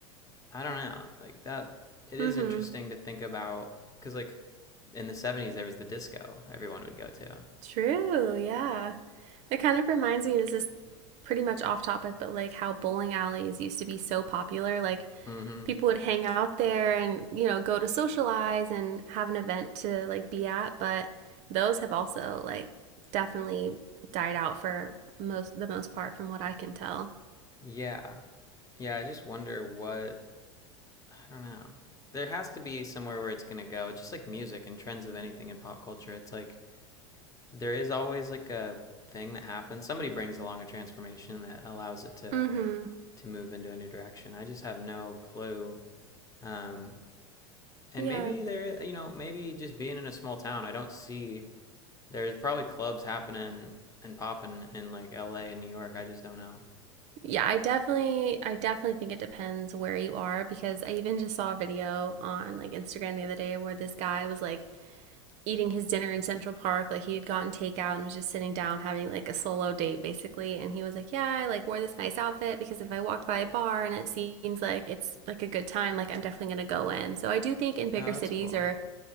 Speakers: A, on the left (about 20°); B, on the right (about 50°).
A: I don't know like that. It is
B: Mm-hmm.
A: interesting to think about because like in the seventies there was the disco everyone would go to.
B: True. Yeah. It kind of reminds me. This is pretty much off topic, but like how bowling alleys used to be so popular. Like
A: Mm-hmm.
B: people would hang out there and you know go to socialize and have an event to like be at but those have also like definitely died out for most the most part from what i can tell
A: Yeah, yeah. I just wonder what I don't know. There has to be somewhere where it's gonna go. Just like music and trends of anything in pop culture, it's like there is always like a thing that happens. Somebody brings along a transformation that allows it to
B: mm-hmm
A: to move into a new direction. I just have no clue. Um, and
B: yeah
A: maybe there, you know, maybe just being in a small town, I don't see there's probably clubs happening and popping in like LA and New York. I just don't know.
B: yeah i definitely i definitely think it depends where you are because i even just saw a video on like instagram the other day where this guy was like eating his dinner in Central Park. Like he had gotten takeout and was just sitting down having like a solo date basically. And he was like, Yeah, I like wore this nice outfit because if I walked by a bar and it seems like it's like a good time, like I'm definitely gonna go in. So I do think in bigger
A: Oh,
B: cities
A: that's cool.
B: or,